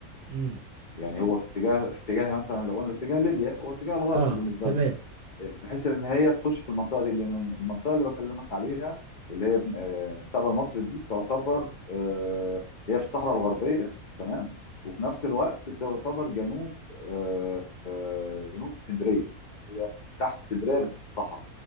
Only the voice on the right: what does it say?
امم
اه
تمام